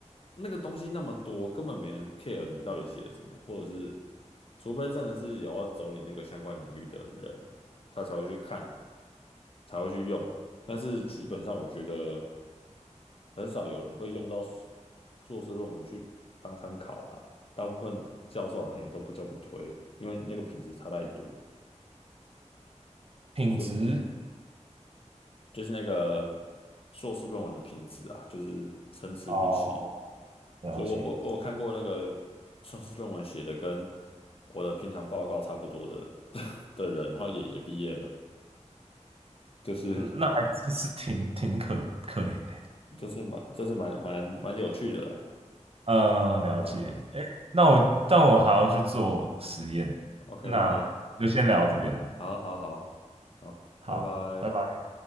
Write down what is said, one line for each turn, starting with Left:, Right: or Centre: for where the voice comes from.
Left: 那个东西那么多，根本没人 care 你到底写了什么，或者是，除非真的是有要走你那个相关领域的人，他才会去看，才会去用。但是基本上，我觉得很少有人会用到硕硕士论文去当参考啦。大部分教授好像也都不叫不推，因为那个品质差太多。
Right: 品质
Left: 所以。就是那个硕士论文的品质啊，就是参差不齐。
Right: 哦，了解，
Left: 就我我我有看过那个硕士论文写的跟我的平常报告差不多的 <laughs> 的人，然后也也毕业了，就是
Right: 嗯那还真是挺挺可可怜的，
Left: 就是蛮就是蛮蛮蛮有趣的啦，
Right: 呃，了解，
Left: 啊
Right: 哎，那我但我还要去做实验，
Left: ，OK
Right: 那就先聊到这边，
Left: OK，好好好好，
Right: 好，
Left: 拜拜。
Right: 拜拜。